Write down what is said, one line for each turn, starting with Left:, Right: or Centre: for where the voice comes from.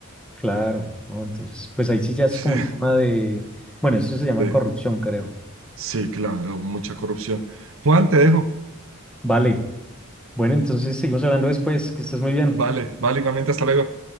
Centre: Claro, ¿no? Entonces, pues ahí sí ya es
Right: <laughs>
Centre: como un tema de, bueno, eso se llama
Right: Sí.
Centre: corrupción, creo.
Right: Sí, claro, mucha corrupción. Juan, te dejo.
Centre: Vale, bueno, entonces seguimos hablando después, que estés muy bien.
Right: Vale, vale, igualmente, hasta luego.